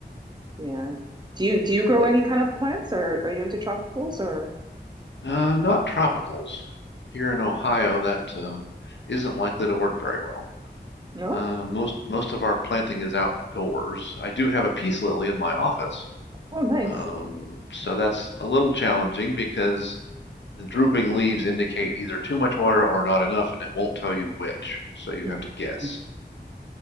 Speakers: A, on the right; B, on the left.
A: yeah, do you do you grow
B: It-
A: any kind of plants, or are you into tropicals, or
B: uh, not tropicals. Here in Ohio, that uh, isn't likely to work very well.
A: no?
B: Uh, most most of our planting is outdoors. I do have a peace lily in my office,
A: Oh, nice.
B: um, so that's a little challenging because the drooping leaves indicate either too much water or not enough, and it won't tell you which, so you
A: <laughs>
B: have to guess.